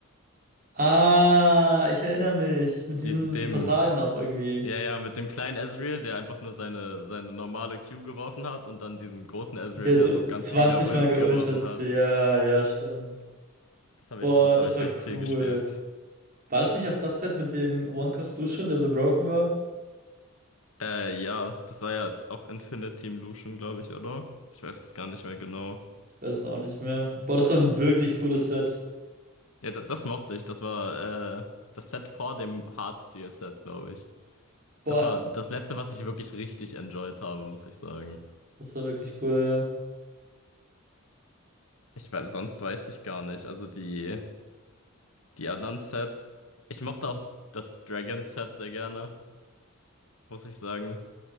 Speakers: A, on the right; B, on the left.
A: Ah, ich erinnere mich. Mit diesen
B: Die, dem,
A: Portalen auch irgendwie.
B: ja, ja, mit dem kleinen Ezreal, der einfach nur seine, seine normale Q geworfen hat und dann diesem großen Ezreal,
A: Der
B: der
A: so
B: so ganz
A: 20
B: viele Ults
A: Mal geultet.
B: geworfen hat.
A: Ja, ja, stimmt.
B: Das habe
A: Boah,
B: ich, das
A: das
B: habe ich
A: war
B: recht viel
A: cool.
B: gespielt.
A: War das nicht auch das Set mit dem One Cost Lucian, der so broken war?
B: Äh, ja, das war ja auch Infinite Team Lucian, glaube ich, oder? Ich weiß es gar nicht mehr genau.
A: Ich weiß es auch nicht mehr. Boah, das war ein wirklich cooles Set.
B: Ja, da, das mochte ich. Das war äh, das Set vor dem Hard Steel Set, glaube ich.
A: Boah,
B: Das war das Letzte, was ich wirklich richtig enjoyed habe, muss ich sagen.
A: das war wirklich cool, ja.
B: Ich weiß, sonst weiß ich gar nicht. Also die, die anderen Sets. Ich mochte auch das Dragon Set sehr gerne, muss ich sagen.